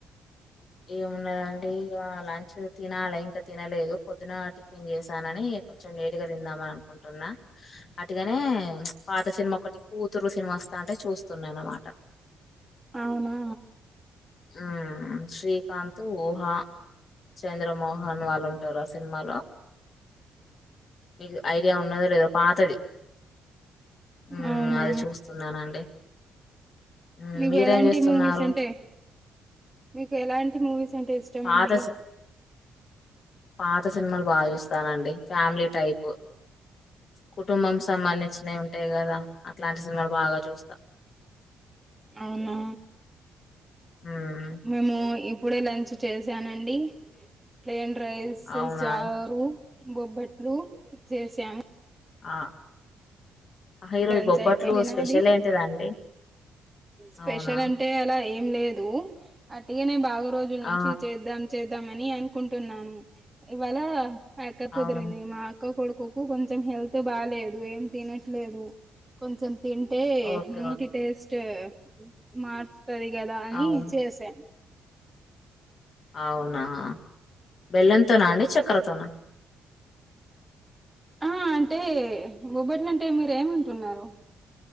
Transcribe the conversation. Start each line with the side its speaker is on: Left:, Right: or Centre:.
Left: ఏముండదండి ఇగా లంచ్ తినాలలే ఇంకా తినలేదు పొద్దున టిఫిన్ చేసానని కొంచెం లేటు గా తిందామని అనుకుంటున్నా అటీగానే పాత సినిమా ఒకటి కూతురు సినిమా వస్తా అంటే చూస్తున్నాను అనమాట
Right: అవునా
Left: ఉ శ్రీకాంత్ ఊహా చంద్రమోహన్ వాళ్ళు ఉంటారు ఆ సినిమాలో మీకు ఐడియా ఉన్నదో లేదో పాతది ఉమ్,
Right: అవునా
Left: అది చూస్తున్నానండి ఉమ్,
Right: మీకు
Left: మీరేం
Right: ఎలాంటి
Left: చేస్తున్నారు
Right: మూవీస్ అంటే మీకు ఎలాంటి మూవీస్ అంటే ఇష్టం
Left: పాత
Right: అండి
Left: సి- పాత సినిమాలు బాగా చూస్తానండి ఫ్యామిలీ టైప్ కుటుంబం సంబంధించినవి ఉంటాయి కదా అట్లాంటి సినిమాలు బాగా చూస్తాం
Right: అవునా
Left: మ్మ్
Right: మేము ఇప్పుడే లంచ్ చేసానండి ప్లెన్ రైస్
Left: అవునా
Right: చారు బొబ్బట్లు చేసాం
Left: ఆ ఈరోజు
Right: లంచ్
Left: బొబ్బట్లు
Right: అయిపోయింది
Left: స్పెషల్
Right: నాది
Left: ఏంటిదండి
Right: స్పెషల్
Left: అవునా
Right: అంటే అలా ఏం లేదు అట్టిగానే బాగా రోజుల
Left: ఆ
Right: నుంచి చేద్దాం చేద్దామని అనుకుంటున్నాను ఇవాళ అక్క కుదిరింది
Left: అవును
Right: మా అక్క కొడుకుకు కొంచెం హెల్త్ బాలేదు ఏం తినట్లేదు కొంచెం తింటే
Left: ఓకే
Right: నోటి
Left: ఓకే
Right: టేస్ట్ మారుతుంది కదా అని
Left: అవును
Right: చేసాం
Left: అవునా బెల్లంతోన అండి చక్కెరతోన
Right: ఆ అంటే బొబ్బట్లుంటే మీరు ఏమంటున్నారు